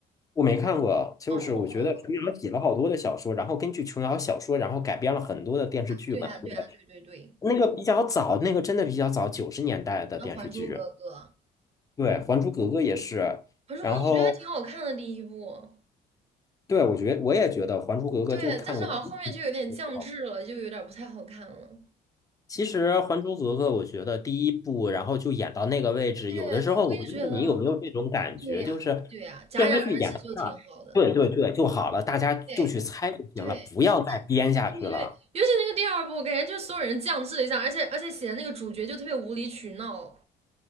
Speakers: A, on the left (about 20°); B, on the right (about 35°).
A: 我没看过，就是我觉得琼瑶写了好多的小说，
B: 哦哦，哦
A: 然后根据琼瑶小说，然后改编了很多的电视剧吧。
B: 对呀，
A: 那个
B: 对呀，对对对。
A: 那个比较早，那个真的比较早，九十年代的电视剧。
B: 然后《还珠格格》，
A: 对，《还珠格格》也是，
B: 《还珠格格》我觉得还挺好看的第一部，
A: 然后。对，我觉我也觉得《还珠格格》就看个第一部就好。
B: 对，但是好像后面就有点降智了，就有点不太好看了。
A: 其实《还珠格格》，我觉得第一部，然后就演到那个位置，
B: 对对，
A: 有的时候我不知道你有没有这种感觉，
B: 我也觉得，对呀，
A: 就是
B: 对呀，戛然而止就挺好的。
A: 电视剧演到这儿，对对对，就好了，大家就去猜就行了，
B: 对对
A: 不要再编下去了。
B: 对对，尤其那个第二部，感觉就是所有人降智了一下，而且而且写的那个主角就特别无理取闹。